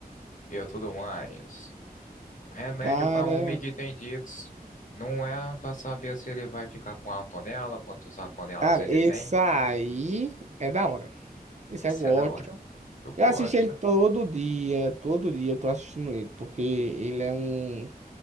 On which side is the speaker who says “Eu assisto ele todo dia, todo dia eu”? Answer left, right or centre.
Right